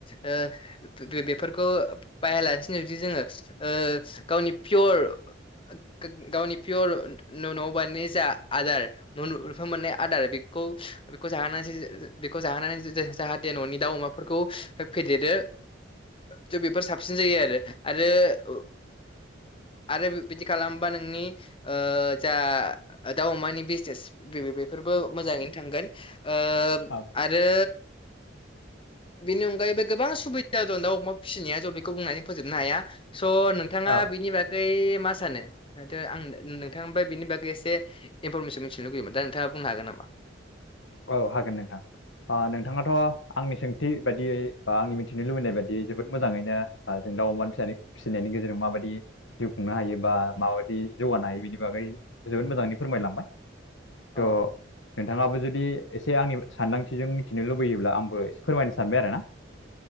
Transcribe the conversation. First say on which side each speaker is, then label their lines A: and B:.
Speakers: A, on the left; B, on the left.
A: ओ बे बेफोरखौ बाहायालासिनो जुदि जोङो ओ गावनि पियर गग-गा-गावनि पियर न'आव बानायनाय जा आदारुफां मोननाय आदार बेखौ बेखौ जाहो बेखौ जाहोनानै जाहाथे न'नि दाउ अमाफोरखौ फेदेरो थ' बेफोर साबसिन जायो आरो आरो आरो बिदि खालामबा नोंनि ओ जा दाउ अमानि बिजनेस बे बेफोरबो मोजाङैनो थांगोन ओ
B: औ औ
A: आरो
B: <inaudible>
A: बेनि अनगायैबो गोबां सुबिदा दं दाउ अमा फिसिनाया ज' बेखौ बुंनानै फोजोबनो हाया स' नोंथाङा
B: औ
A: बिनि बागै मा सानो माथो आंनो नोंथांनिमफ्राय बिनि बागै एसे इनफरमेसन मिथिनो लुगैयमोन दा नोंथाङा बुंनो हागोन नामा?
B: औ हागोन नोंथां । ओ नोंथाङाथ' आंनि सोंथि बायदियै बा आंनि मिथिनो लुबैनाय बायदियै जोबोद मोजाङैनो दाउ अमानि फि फिसिनायनि गेजेरजों माबाद जिउ खुंनो हायो बा माबायदि जौगानो हायो बिनि बागै जोबोद मोजाङौ फोरमायलांबाय
A: अ
B: थ' नोंथाङाबो जुदि एसे आंनि सानदांथिजों मिथिनो लुबैयोब्ला आंबो एसे फोरमायनो सानबाय आरो ना